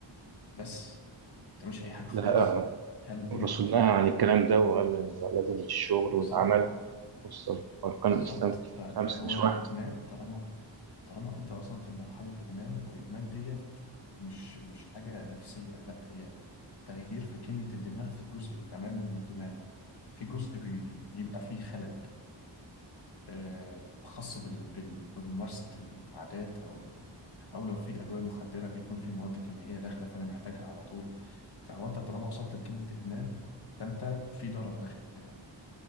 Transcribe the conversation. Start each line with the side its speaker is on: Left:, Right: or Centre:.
Left: بس ما تعملش اي حاجه خالص
Right: لا آه،
Left: هل دينك
Right: الرسول
Left: طلب
Right: نهى عن الكلام ده وقال إن لازم الشغل
Left: بالظبط
Right: والعمل بص أركان
Left: بالظبط
Right: الإسلام كتير
Left: ف- فهو
Right: خمسة مش
Left: الادمان
Right: واحد
Left: طالما طالما انت وصلت لمرحله ادمان والادمان ديت مش مش حاجه نفسيه لا هي تغيير في كميه الدماغ في الجزء الامامي من الدماغ في جزء بي- بيبقى فيه خلل آه، خاص بال- بال- بممارسه العادات او او لو في ادويه مخدره بيكون في مواد كيميائيه داخله فانا محتاجها على طول فهو انت طالما وصلت لكلمه ادمان فانت في ضرر داخلها